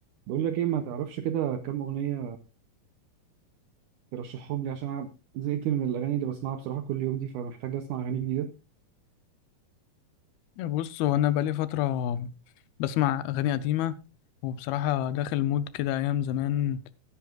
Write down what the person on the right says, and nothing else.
بقول لك ايه ما تعرفش كده كام اغنيه ترشحهم لي عشان انا زهقت من الاغاني اللي بسمعها بصراحه كل يوم دي فمحتاج اسمع اغاني جديده